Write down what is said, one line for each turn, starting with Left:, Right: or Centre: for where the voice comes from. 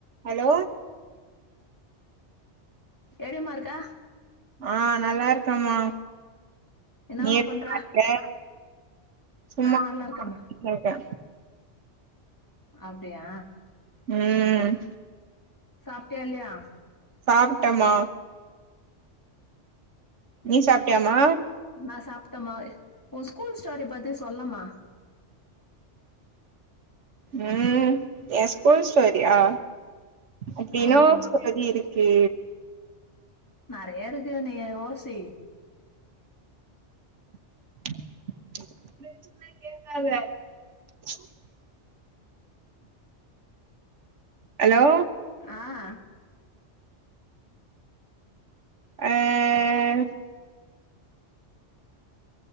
Right: Hello
Left: எப்டிம்மா இருக்க
Right: ஆஹ் நல்லா இருக்கமா
Left: என்னமா
Right: நீ எப்டி
Left: பண்ற
Right: இருக்க? சும்மா
Left: நா நல்லா இருக்கம்மா
Right: இருக்கே
Left: அப்டியா
Right: உம்
Left: சாப்டியா இல்லயா
Right: சாப்ட்டமா நீ சாப்டியாமா
Left: நா சாப் டம்மா ஒ ஸ்கூல் ஸ்டோரிப் பத்தி சொல்லமா
Right: உம் எ ஸ்கூல் ஸ்டோரியா அப்டி என்னமா
Left: ஆமாம்மா
Right: சொல்றது இரு க்கு
Left: நெறய இருக்கு நீ யோ யோசி
Right: <inaudible> ஹலோ
Left: ஆஹ்
Right: அஹ்